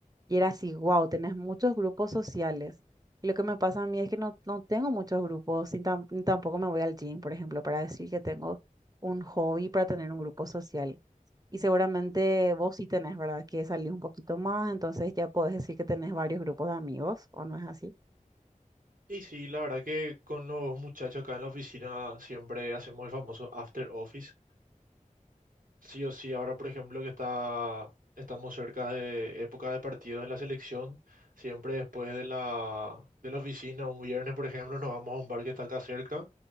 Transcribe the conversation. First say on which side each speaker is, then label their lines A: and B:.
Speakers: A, on the right (about 25°); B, on the right (about 75°).
A: Y era así, wow, tenés muchos grupos sociales. Y lo que me pasa a mí es que no, no tengo muchos grupos, ni, tam- ni tampoco me voy al gym, por ejemplo, para decir que tengo un hobby para tener un grupo social. Y seguramente vos sí tenés, ¿verdad? Que salir un poquito más, entonces ya podés decir que tenés varios grupos de amigos, ¿o no es así?
B: Y sí, la verdad que con los muchachos acá en la oficina siempre hacemos el famoso after office, Sí o sí, ahora por ejemplo que está, estamos cerca de época de partidos en la selección, siempre después de la, de la oficina, un viernes por ejemplo, nos vamos a un bar que está acá cerca.